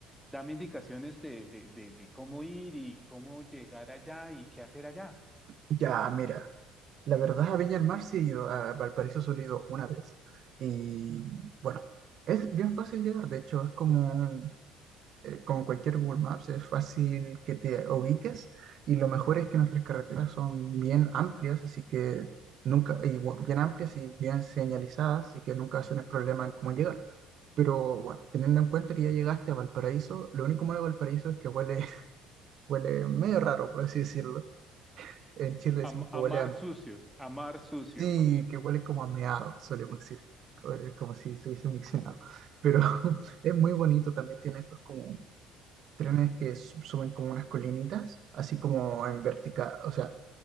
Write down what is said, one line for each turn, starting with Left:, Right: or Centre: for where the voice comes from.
Centre: dame indicaciones de, de, de, de cómo ir y cómo llegar allá y qué hacer allá.
Right: Ya, mira. La verdad, a Viña del Mar sí he ido, a Valparaíso solo he ido una vez. Y bueno, es bien fácil llegar, de hecho, es como eh, con cualquier Google Maps, es fácil que te ubiques y lo mejor es que nuestras carreteras son bien amplias, así que nunca, y bu- bien amplias y bien señalizadas, así que nunca hacen el problema en cómo llegar. Pero bueno, teniendo en cuenta que ya llegaste a Valparaíso, lo único malo de Valparaíso es que huele, <laughs> huele medio raro, por así decirlo. En Chile decimos
Centre: Am-
Right: que
Centre: amar
Right: huele a
Centre: sucio, amar sucio.
Right: Sí, que huele como a meado, solemos decir, huele como si se hubiese miccionado. Pero <laughs> es muy bonito, también tiene estos como trenes que su- suben como unas colinitas, así como en vertical, o sea,